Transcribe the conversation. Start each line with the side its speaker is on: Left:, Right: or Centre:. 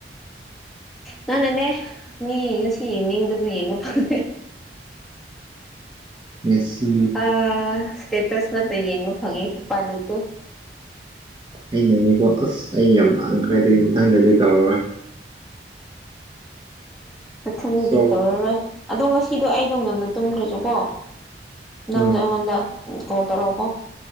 Centre: ꯅꯪꯅꯅꯦ ꯃꯤ ꯉꯁꯣ ꯌꯦꯡꯅꯤꯡꯕꯗꯨ ꯌꯦꯡꯕ ꯐꯪ
Right: ꯃꯦꯁꯤ
Centre: ꯑꯥꯁ ꯆꯦꯇꯁ ꯉꯥꯛꯇ ꯌꯦꯡꯕ ꯐꯪꯉꯦ ꯎꯄꯥꯏ ꯂꯩꯇꯦ
Right: ꯑꯩꯅꯦꯀꯣ ꯑꯁ ꯑꯩ ꯌꯥꯝ ꯂꯥꯟꯈ꯭ꯔꯦ ꯑꯗꯨꯒꯤ ꯃꯊꯪꯗꯗꯤ ꯇꯧꯔꯔꯣꯏ
Centre: <inaudible> ꯃꯊꯪꯗꯗꯤ
Right: ꯁꯣ
Centre: ꯇꯧꯔꯔꯣꯏ ꯑꯗꯣ ꯉꯁꯤꯗꯣ ꯑꯩꯗꯣ ꯉꯟꯅ ꯇꯨꯝꯈ꯭ꯔꯁꯨꯀꯣ ꯅꯪꯗꯣ
Right: ꯎꯝ
Centre: ꯑꯩꯉꯣꯟꯗ ꯀꯣꯜ ꯇꯧꯔꯛꯑꯣꯀꯣ